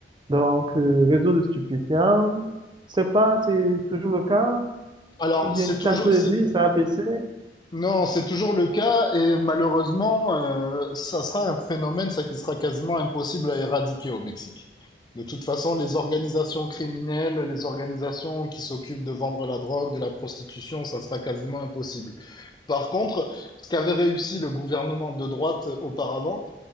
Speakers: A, on the right; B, on the left.
A: donc euh, réseaux de stupéfiants. Je sais pas, c'est toujours le cas,
B: Alors,
A: ou bien
B: c'est
A: tu
B: toujours.
A: t'entends de
B: c'est-
A: dire, ça a baissé.
B: Non, c'est toujours le cas et malheureusement, euh, ça sera un phénomène, ça qui sera quasiment impossible à éradiquer au Mexique. De toute façon, les organisations criminelles, les organisations qui s'occupent de vendre la drogue, de la prostitution, ça sera quasiment impossible. Par contre, ce qu'avait réussi le gouvernement de droite auparavant,